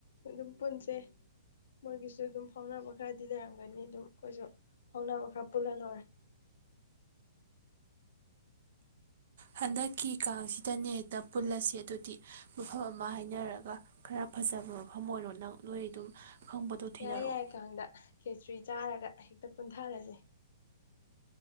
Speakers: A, on the left; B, on the right.
A: ꯑꯗꯨꯝ ꯄꯨꯟꯁꯦ꯫ ꯃꯣꯏꯒꯤꯁꯨ ꯑꯗꯨꯝ ꯐꯥꯎꯅꯕ ꯈꯔꯗꯤ ꯂꯩꯔꯝꯒꯅꯤ ꯑꯗꯨꯝ ꯑꯩꯈꯣꯏꯁꯨ, ꯐꯥꯎꯅꯕ ꯈꯔ ꯄꯨꯜꯂ ꯂꯣꯏꯔꯦ꯫
B: ꯍꯟꯗꯛꯀꯤ ꯀꯥꯡꯁꯤꯗꯅꯦ ꯍꯦꯛꯇ ꯄꯨꯜꯂꯁꯦ ꯑꯗꯨꯗꯤ ꯃꯐꯝ ꯑꯃ ꯍꯥꯏꯅꯔꯒ꯫ ꯈꯔ ꯐꯖꯕ ꯃꯐꯝ ꯑꯣꯏꯔꯣ ꯅꯪ ꯅꯣꯏ ꯑꯗꯨꯝ ꯈꯪꯕꯗꯣ ꯊꯤꯅꯔꯛꯑꯣ
A: ꯌꯥꯏ-ꯌꯥꯏ ꯀꯥꯡꯗ ꯈꯦꯆꯔꯤ ꯆꯥꯔꯒ ꯍꯦꯛꯇ ꯄꯨꯟꯊꯔꯁꯦ꯫